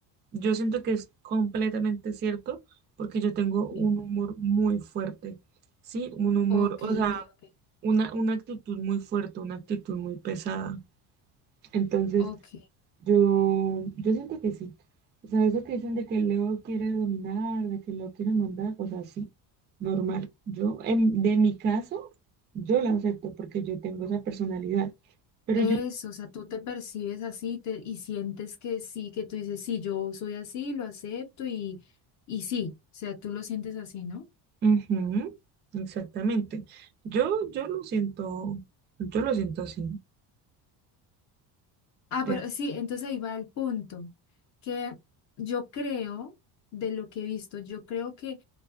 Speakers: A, on the right; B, on the left.
A: yo siento que es completamente cierto porque yo tengo
B: Sí.
A: un humor muy fuerte, ¿sí? Un humor,
B: Ok,
A: o sea,
B: ok, ok,
A: una, una actitud muy fuerte, una actitud muy pesada. Entonces,
B: ok.
A: Yo, yo siento que sí. O sea, eso que dicen de que Leo quiere dominar, de que Leo quiere mandar, o sea, sí, normal. Yo, en, de mi caso, yo la acepto porque yo tengo esa personalidad. Pero
B: Eso,
A: yo,
B: o sea, tú te percibes así te, y sientes que sí, que tú dices, sí, yo soy así, lo acepto y, y sí, o sea, tú lo sientes así, ¿no?
A: Ujú, exactamente. Yo, yo lo siento, yo lo siento así.
B: Ah,
A: de-
B: pero sí, entonces ahí va el punto, que yo creo, de lo que he visto, yo creo que